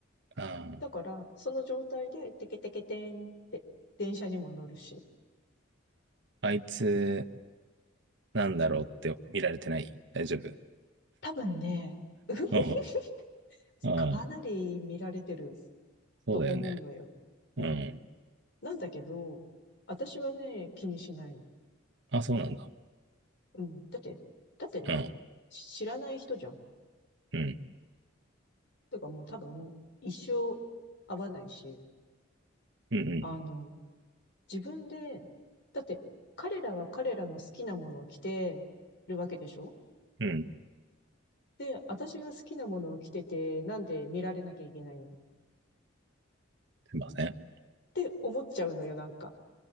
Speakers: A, on the right (about 60°); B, on the left (about 60°).
A: あー、
B: だから、その状態で、テケテケテンって、電車にも乗るし。
A: あいつ、なんだろうって見られてない大丈夫。
B: 多分ね、<laughs>
A: うん、あー、
B: かなり見られてる
A: そうだよね。
B: と思うのよ。
A: うん。
B: うん。なんだけど、私はね、気にしない。
A: あ、そうなんだ。
B: うん。だって、だってね、
A: うん、
B: し知らない人じゃん。
A: うん、
B: てかもう多分、一生会わないし、
A: うん、
B: あの、自分で、だって、彼らは彼らの好きなものを着てるわけでしょ
A: うん、うん。
B: で、私が好きなものを着てて、なんで見られなきゃいけないのっ
A: すいません。す
B: て思っちゃうのよ、なんか。